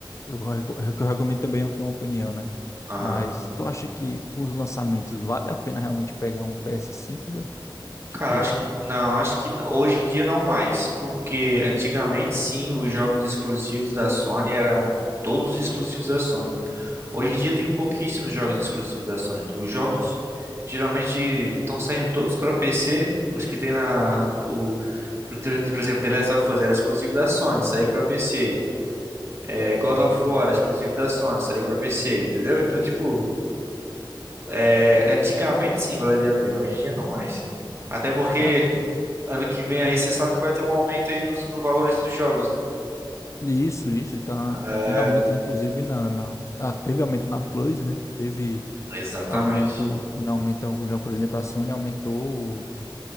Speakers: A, on the left (about 35°); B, on the right (about 30°).
A: eu, reco- é que eu recomendo também eu tenho uma opinião, né?
B: Aham.
A: Mas tu acha que com os lançamentos vale a pena realmente pegar um PS5, velho? Tipo,
B: Cara, acho que não, acho que hoje em dia não mais, porque antigamente sim, os jogos exclusivos da Sony eram todos exclusivos da Sony. Hoje em dia tem pouquíssimos jogos exclusivos da Sony. Os jogos geralmente estão saindo todos para PC, os que tem na o por por exemplo, The Last of Us era exclusivo da Sony, saiu para PC. É, God of War era exclusivo da Sony, saiu para PC, entendeu? Então, tipo, é, antigamente sim valeria a pena, hoje em dia não mais. Até porque
A: é,
B: Ano que vem aí você sabe que vai ter um aumento aí nos, nos valores dos jogos, né?
A: isso, isso, e tá, tá
B: É,
A: tendo aumento, inclusive na, na... ah, teve aumento na Plus, né? Teve
B: Exatamente.
A: Aumentou, em aumento em algum jogo, por exemplo, a Sony aumentou